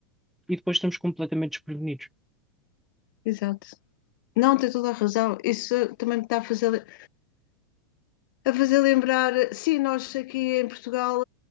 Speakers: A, in the centre; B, on the left (about 60°).
A: e depois estamos completamente desprevenidos.
B: exato. Não, tem toda a razão. Isso também me está a fazer, a fazer lembrar. Sim, nós aqui em Portugal,